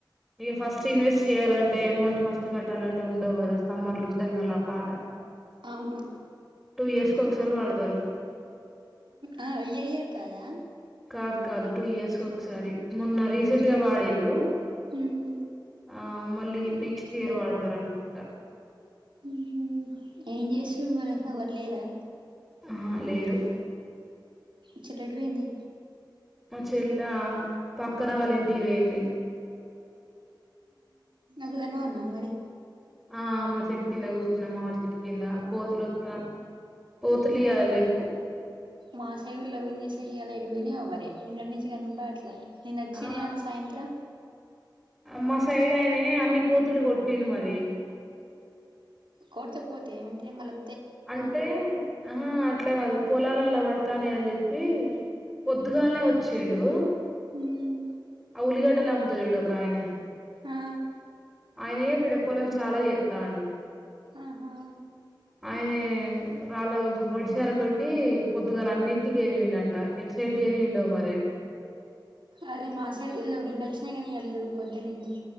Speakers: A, in the centre; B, on the right.
A: ఇక ఫస్ట్ ఇన్వెస్ట్ చేయాలంటే అమౌంట్ ఫస్ట్ కట్టాలంటే ఉండవు కదా సమ్మర్లు ఉంటది మళ్ళీ ఆ పాట
B: అవును
A: టూ ఇయర్స్ కు ఒకసారి వాడతారు
B: ఆ వెయ్యేది కాదా
A: కాదు కాదు టూ ఇయర్స్ ఒకసారి మొన్న రీసెంట్ గా వాడిన్ర్రు
B: ఉమ్
A: ఆ మళ్ళీ నెక్స్ట్ ఇయర్ వాడతారు అనుకుంటా
B: ఉహూ ఏం చేస్తారు మరి ఎవ్వర్లేరా
A: ఆ లేరు
B: చెల్లె ఎటు పోయింది
A: ఆ చెల్ల పక్కన వాళ్ళ ఇంటికి పోయింది
B: కుతే నవన్నా మరి
A: ఆ మా చెట్టు కింద కూర్చున్నామాడ చెట్ కింద కోతులు వ కోతులు ఇగ లేవు
B: మాసైడ్ లేవానియాసే ఎటు పోయినయో మరి నిన్నట్ నుంచి కన్నప్పట్లే నిన్న అజ్ినని
A: ఆ
B: నన్ను సాయంత్రం
A: మా సైడ్ అయినే అన్ని కోతులు కొట్టిండు మరి
B: కొడితే పోతాయ్ ఏమ అంటే మళ్ళా
A: అంటే అహా! అట్లా కాదు, పొలాలలో పడతాన్నాయి అని చెప్పి పొద్దుగాలనే వచ్చిండు.
B: మ్
A: ఆ ఉల్లిగడ్డలు అమ్ముతాడు చూడు, ఒక ఆయనే
B: ఆ
A: అయనే పొ పొలం చాలా చేస్తాండు.
B: ఆహా
A: ఆయన రాలే, వర్షాలతోటి పొద్దుగాల అన్నింటికి గేదె పోయిందంటే ఎడ్ గేదె ఏంటో మరి
B: అదే మాసాడిళ్లు ఎన్న వచ్చినాయి కానీ ఏళ్ళు పొద్దునుంచి